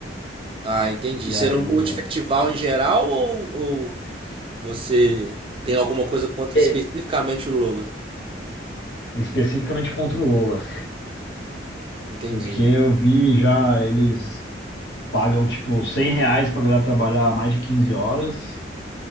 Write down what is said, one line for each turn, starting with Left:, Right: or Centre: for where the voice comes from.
Right: Ah, entendi.
Left: E
Right: Você
Left: aí,
Right: não curte
Left: é,
Right: festival em geral ou, ou você tem alguma coisa contra
Left: É.
Right: especificamente o Lola?
Left: especificamente contra o Lola.
Right: Entendi.
Left: Porque eu vi já eles pagam tipo 100 reais pra galera trabalhar mais de 15 horas,